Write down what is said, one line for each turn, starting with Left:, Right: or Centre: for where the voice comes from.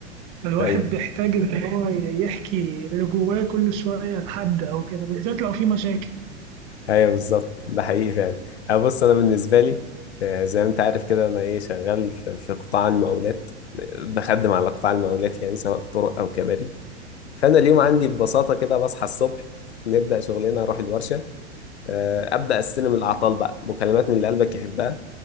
Right: الواحد
Left: ايوه
Right: بيحتاج إن هو يحكي اللي جواه كل شوية لحد أو كده بالذات لو في مشاكل
Left: ايوه بالظبط ده حقيقي فعلا أنا بص انا بالنسبة لي آه، زي ما انت عارف كده انا ايه شغال في في قطاع المقاولات بخدم على قطاع المقاولات يعني سواء طرق او كباري فانا اليوم عندي ببساطة كده بصحى الصبح نبدأ شغلنا اروح الورشة آه، ابدا استلم الاعطال بقى مكالمات من اللي قلبك يحبها